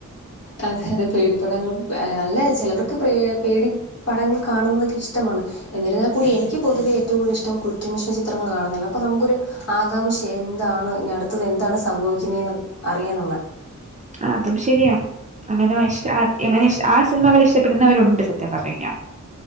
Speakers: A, on the left (about 50°); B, on the right (about 25°).
A: അതെ അതെ പേടി പടങ്ങളും അല്ലെ ചിലവർക്ക് പേ പേടി. പടങ്ങൾ കാണുന്നതൊക്കെ ഇഷ്ടമാണ്. എന്നിരുന്നൽ കൂടി എനിക്ക് പൊതുവേഏറ്റവും കൂതൽ ഇഷ്ടം കുറ്റന്വേഷണ ചിത്രങ്ങൾ കാണുന്നെയാ അപ്പൊ നമുക്കൊരു. ആകാംക്ഷ എന്താണ് ഞ അടുത്തത് എന്താണ് സംഭവിക്കുന്നേന്ന് അറിയാനുള്ള.
B: അതും ശരിയാ അങ്ങനെ ഇങ്ങനെ ആ സിനിമകൾ ഇഷ്ടപ്പെടുന്നവരുണ്ട് സത്യം പറഞ്ഞു കഴിഞ്ഞാ.